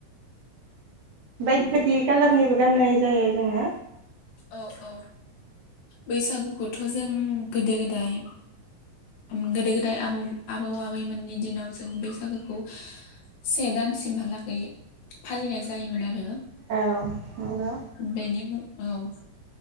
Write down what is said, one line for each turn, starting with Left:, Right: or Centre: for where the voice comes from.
Right: बायदि बायदि कालारनिबो
Left: औ
Right: गाननाय जायो जोङो
Left: औ औ बैसागुखौथ' जों गोदो गोदाय उम गोदो गोदाय आबौ आबौ आबैमोननि दिनाव जों बैसागुखौ से दानसिमहालागै फालिनाय जायोमोन आरो
Right: औ नंगौ
Left: बेनि औ